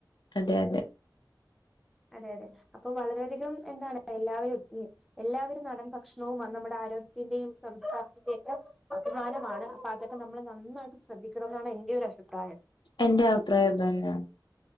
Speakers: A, on the left; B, in the centre.
A: അതെ അതെ.
B: അത അതെ അപ്പം വളരെ അധികം എന്താണ് എല്ലാവരും മ് എല്ലാവരും നാടൻ ഭക്ഷണവും നമ്മുടെ ആരോഗ്യത്തിന്റെയും സംസ്കാരത്തിന്റെയും ഒക്കെ അഭിമാനമാണ് അപ്പ അതൊ ക്കെ നമ്മള് നന്നായിട്ട് സ്രദ്ധിക്കണമെന്നാണ് എന്റെ ഒരു അഭിപ്രായം.
A: എന്റേം അഭിപ്രായോം അത്‌ തന്നെയാണ്.